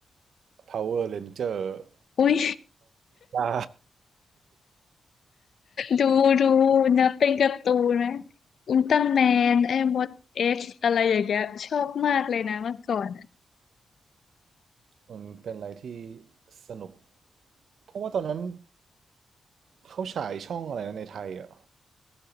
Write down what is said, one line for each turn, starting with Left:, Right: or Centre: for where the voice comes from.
Right: Power Ranger
Left: อุ้ย
Right: บ้า
Left: ดูดูนะเป็นการ์ตูนะอุลตร้าแมนไอ้มดเอ็กซ์อะไรอย่างเงี้ยชอบมากเลยนะเมื่อก่อนอะ
Right: มันเป็นอะไรที่สนุก เพราะว่าตอนนั้นเขาฉายช่องอะไรนะในไทยอ่ะ